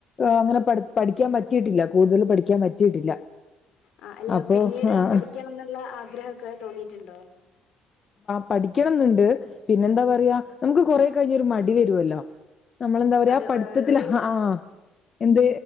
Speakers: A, on the left; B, on the left.
A: അങ്ങനെ പഠ പഠിക്കാൻ പറ്റിട്ടില്ല കൂടുതൽ പഠിക്കാൻ പറ്റിയിട്ടില്ല
B: ആ അല്ല
A: അപ്പോ
B: പിന്നീട്
A: ആഹ്
B: പഠിക്കണം എന്നുള്ള ആഗ്രഹമൊക്കെ തോന്നിയിട്ടുണ്ടോ
A: പഠിക്കണം എന്നുണ്ട് പിന്നെന്താ പറയാ നമുക്ക് കൊറെ കഴിഞ്ഞരു മടി വരുമല്ലോ നമ്മളെന്താ പറയാ
B: അത്
A: പഠിത്തത്തി
B: ഏഹ് ഒരു
A: ആ എന്ത്